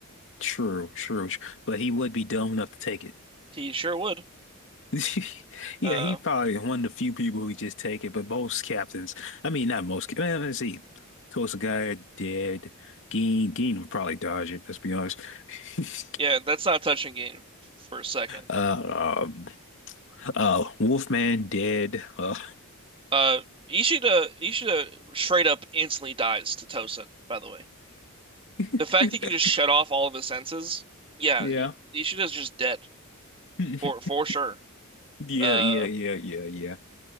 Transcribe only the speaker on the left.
True, true. tr- But he would be dumb enough to take it.
<laughs> Yeah,
he probably one of the few people who just take it. But most captains, I mean, not most. cap- Well, let's see. Tulsa Guy dead. Geen Geen would probably dodge it. Let's be honest. <laughs>
Uh, um, uh, Wolfman dead. Uh,
<laughs>
yeah.
<laughs>
Yeah,
yeah, yeah, yeah, yeah.